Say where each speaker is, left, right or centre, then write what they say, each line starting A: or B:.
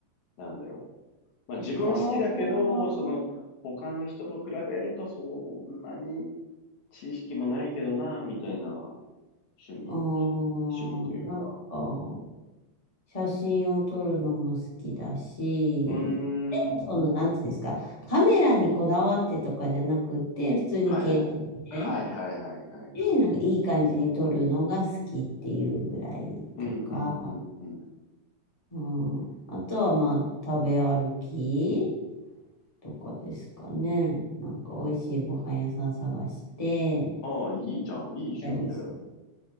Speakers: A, on the left (about 70°); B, on the left (about 15°).
A: なんだろう。まあ自分は好きだけど、
B: 他は、
A: その他の人と比べるとそんなに知識もないけどな、みたいな趣味、
B: うーん、
A: 趣味というか。
B: なんか、写真を撮るのも好きだし、
A: うー
B: でもその、
A: ん。
B: なんていうんですか、カメラにこだわってとかじゃなくて、普通に携帯で、
A: はいはい。はいはいはいはい。
B: で、なんかいい感じに撮るのが好きっていうぐらいとか、
A: うんうんうんうん。
B: うん。あとはまあ、食べ歩き。とかですかね。なんか美味しいご飯屋さん探して、
A: ああ、いいじゃん。いい趣味だよ。
B: たりする。